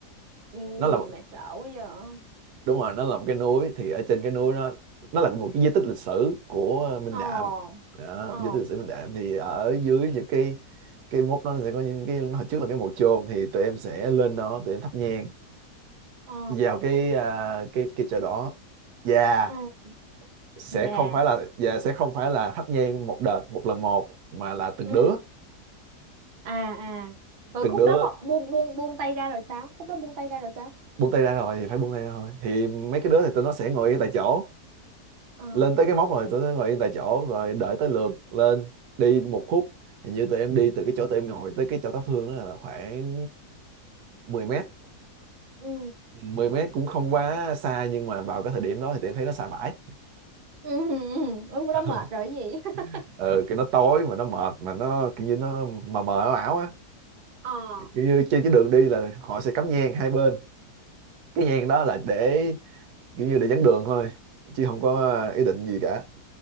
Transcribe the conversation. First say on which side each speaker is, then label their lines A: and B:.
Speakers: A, on the right; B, on the right.
A: Nghe
B: nó là
A: gì mà sợ quá giờ
B: đúng rồi nó là một cái núi thì ở trên cái núi nó nó là một cái di tích lịch sử của Minh
A: ồ
B: Đạm đó,
A: ồ
B: di tích lịch sử Minh Đạm thì ở dưới những cái cái mốc đó sẽ có những cái hồi trước là cái mộ chôn thì tụi em sẽ lên đó tụi em thắp nhang
A: ồ
B: vào cái à, cái cái chợ đó và
A: ừ
B: sẽ
A: dạ
B: không phải là và sẽ không phải là thắp nhang một đợt một lần một mà là từng
A: ừ
B: đứa
A: à à rồi
B: từng
A: khúc
B: đứa
A: đó bọc buông buông buông tay ra rồi sao khúc đó buông tay ra rồi sao
B: buông tay ra rồi thì phải buông tay ra thôi thì mấy cái đứa thì tụi nó sẽ ngồi yên tại chỗ
A: ờ
B: lên tới cái móc rồi tụi nó ngồi yên tại chỗ rồi đợi tới lượt lên đi một khúc hình như tụi em đi từ cái chỗ tụi em ngồi tới cái chỗ thắp hương đó là khoảng 10 mét
A: ừ
B: 10 mét cũng không quá xa nhưng mà vào cái thời điểm đó thì tụi em thấy nó xa bãi
A: ừ ừ ừ, khúc
B: <laughs>
A: đó mệt rồi cái gì <laughs>
B: ờ cái nó tối mà nó mệt mà nó kiểu như nó mờ mờ ảo ảo á
A: ờ
B: kiểu như trên cái đường đi là họ sẽ cắm nhang hai bên cái nhang đó là để kiểu như để dẫn đường thôi chứ không có
A: ờ
B: ý định gì cả